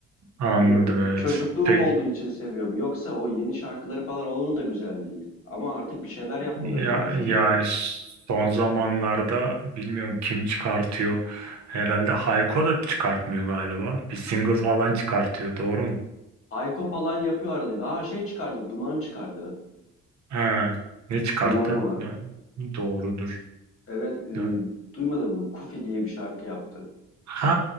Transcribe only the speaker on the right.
Anladım
evet.
Peki.
Ya,
yani
son zamanlarda bilmiyorum kim çıkartıyor. Herhalde Hayko da çıkartmıyor galiba. Bir single falan çıkartıyor. Doğru mu?
Ha, ne çıkarttı?
Ben- doğrudur.
Ya-
Ha,